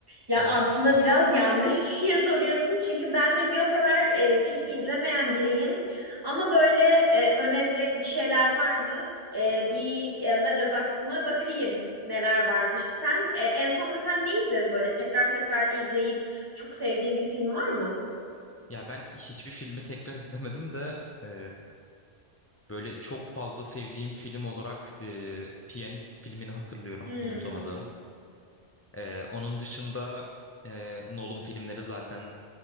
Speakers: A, on the right; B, on the left.
A: Ya
B: Evet.
A: aslında
B: <laughs>
A: biraz yanlış kişiye soruyorsun çünkü ben de bir o kadar e, film izlemeyen biriyim. Ama böyle e, önerecek bir şeyler var mı? E, bir e, Letterboxd'ıma bakayım neler varmış. Sen e, en son mesela ne izledin böyle tekrar tekrar izleyip çok sevdiğin bir film var mı?
B: Ya ben hiçbir filmi tekrar izlemedim de e, böyle çok fazla sevdiğim film olarak e, Piyanist filmini hatırlıyorum,
A: Hmm,
B: unutamadığım. E, onun dışında e, Nolan filmleri zaten